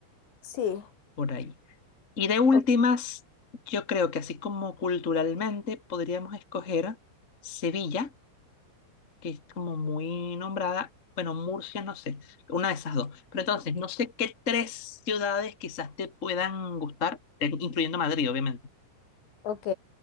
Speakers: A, on the left; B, on the left.
A: sí,
B: por ahí. Y de últimas,
A: o-
B: yo creo que así como culturalmente podríamos escoger Sevilla, que es como muy nombrada, bueno, Murcia, no sé, una de esas dos. Pero entonces, no sé qué tres ciudades quizás te puedan gustar, eh, incluyendo Madrid, obviamente.
A: ok.